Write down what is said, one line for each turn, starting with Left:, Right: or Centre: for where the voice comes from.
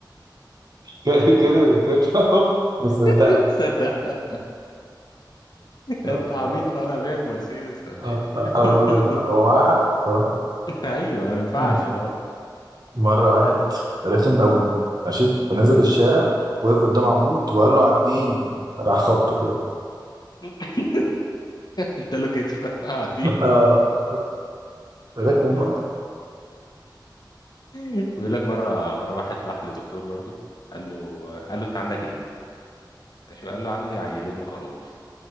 Right: ك- كده كده <laughs> مصدقها
Left: <laughs> صدق
Right: طب
Left: انت عبيط
Right: آه،
Left: وانا هبيع المرسيدس ولا
Right: آه،
Left: ايه
Right: آه، آه، أقول
Left: <laughs>
Right: لك آه، هو معاه حق بصراحة
Left: ايوه ما ينفعش
Right: <laughs>
Left: طبعا
Right: مرة واحد رخم قوي ماشي فنزل الشارع
Left: مم.
Right: وقف قدام عمود وقال له عديني راح خبطه كده
Left: <laughs> اداله كتف <laughs> عديه
Right: <laughs> اه رخم
Left: مم.
Right: بقى
Left: بيقول لك مره مره واحد راح لدكتور برضو قال له قال له انت عندك ايه ماشي وقال له عندي عيلين وخروف